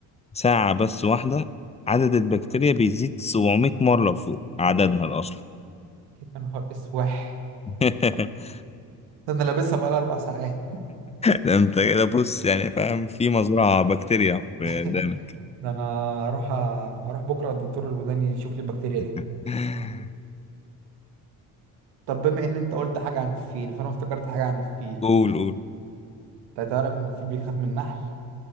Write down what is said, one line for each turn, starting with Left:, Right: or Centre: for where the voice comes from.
Left: ساعة بس واحدة عدد البكتيريا بيزيد 700 مرة فوق عددها الأصلي
Right: يا نهار اسوح
Left: <laughs>
Right: ده انا لابسها بقى اربع ساعات
Left: ده انت كده بص يعني فاهم في مزرعة بكتيريا في
Right: <laughs>
Left: ودانك
Right: ده انا اروح أ- اروح بكرة الدكتور الوداني يشوف لي البكتيريا دي
Left: <laughs>
Right: طب بما ان انت قلت حاجة عن الفيل فانا افتكرت حاجة عن الفيل
Left: قول قول
Right: انت تعرف ان الفيل بيخاف من النحل